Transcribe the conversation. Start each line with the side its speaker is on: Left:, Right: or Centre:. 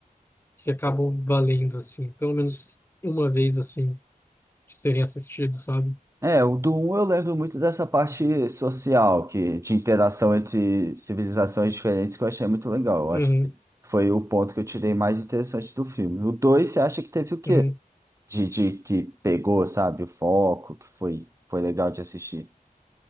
Left: que acabam valendo, assim, pelo menos uma vez, assim, de serem assistidos, sabe?
Right: É, o do um eu lembro muito dessa parte social, que, de interação entre civilizações diferentes, que eu achei muito legal. Eu
Left: Uhum,
Right: acho que foi o ponto que eu tirei mais interessante do filme. O 2, você acha que teve o quê?
Left: uhum.
Right: De, de que pegou, sabe, o foco, que foi, foi legal de assistir.